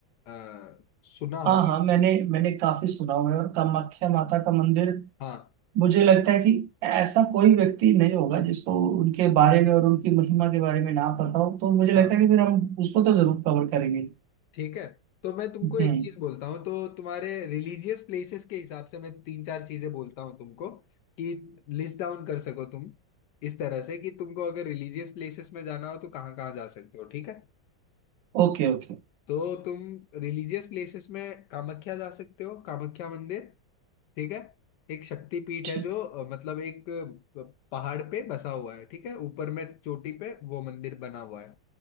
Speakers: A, on the left; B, on the right.
A: अ, सुना हाँ
B: हाँ
A: होगा
B: हाँ मैंने मैंने काफ़ी सुना हुआ है और कामाख्या माता का मंदिर
A: हाँ
B: मुझे लगता है कि ऐसा कोई व्यक्ति नहीं होगा जिसको उनके बारे में और उनकी महिमा के बारे में ना पता हो तो मुझे लगता
A: हाँ
B: है कि फिर हम उसको तो जरूर कवर करेंगे
A: ठीक है तो मैं तुमको
B: हम्म
A: एक चीज बोलता हूँ तो तुम्हारे रिलीजियस प्लेसेस के हिसाब से मैं तीन चार चीजें बोलता हूँ तुमको कि लिस्ट डाउन कर सको तुम इस तरह से कि तुमको अगर रिलीजियस प्लेसेस में जाना हो तो कहाँ कहाँ जा सकते हो ठीक है
B: Okay okay
A: तो तुम रिलीजियस प्लेसेस में कामाख्या जा सकते हो कामाख्या मंदिर ठीक है एक शक्तिपीठ
B: ठीक
A: है जो अ, मतलब एक अ, पहाड़ पे बसा हुआ है ठीक है ऊपर में चोटी पे वो मंदिर बना हुआ है